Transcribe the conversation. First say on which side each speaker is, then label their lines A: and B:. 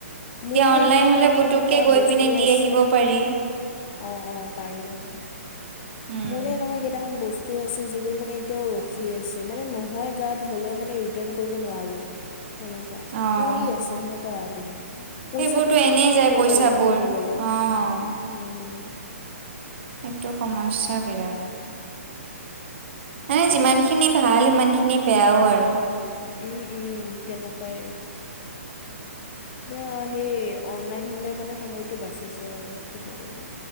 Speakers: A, on the left; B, on the right.
A: মোৰে
B: অনলাইন
A: কেইটামান
B: হলে পুতুককে
A: এনেকোৱা
B: গৈ
A: বস্তু
B: পিনে দি
A: আছে।
B: আহিব
A: অ
B: পাৰি।
A: অ পাৰি পাৰে
B: উম,
A: মোৰে এনেকোৱা কেইটামান ব স্তু আছে যিবোৰ মানে এতিয়াও ৰখি আছে মানে নহয় গাত হলেও মানে ৰিটাৰ্ণ কৰিব নোৱাৰো। সেনেকোৱা
B: অ',
A: পৰি আছে সেনেকোৱা মানে। পইচাটোতো
B: সেইবোৰতো
A: এনেই
B: যায়
A: গ'ল
B: পইচাবোৰ
A: আৰু ক'ব গ'লে উম।
B: অ', এইটো সমস্যা
A: সেইটো
B: বিৰাট।
A: কথা
B: মানে যিমান খিনি ভাল সিমান খিনি বেয়াও আৰু
A: উম উম তেনেকোৱাই। ত সেই অনলাইন হ'লে মানে সময়তো বাচি যায় আৰু ক'ব গ'লে।